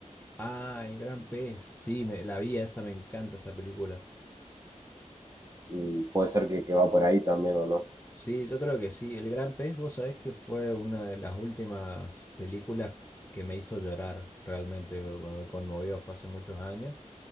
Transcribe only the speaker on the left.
Ah, El Gran Pez. Sí, me, la vi a esa, me encanta esa película.
Sí, yo creo que sí. El Gran Pez, vos sabés que fue una de las últimas películas que me hizo llorar realmente, me me conmovió, fue hace muchos años.